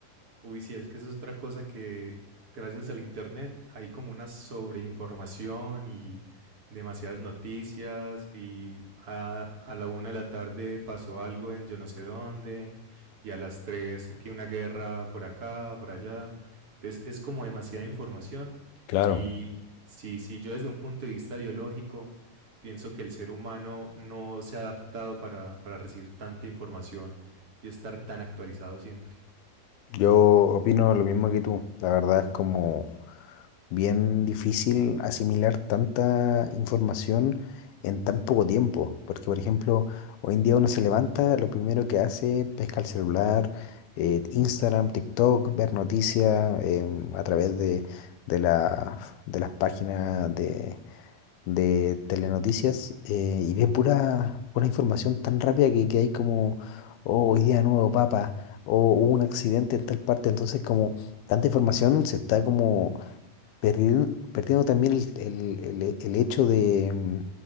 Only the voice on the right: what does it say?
Uy, sí, es que eso es otra cosa que gracias al internet hay como una sobreinformación y demasiadas noticias y a, a la una de la tarde pasó algo en yo no sé dónde y a las tres que una guerra por acá, por allá. Entonces es como demasiada información
y sí sí yo desde un punto de vista biológico pienso que el ser humano no se ha adaptado para, para recibir tanta información y estar tan actualizado siempre.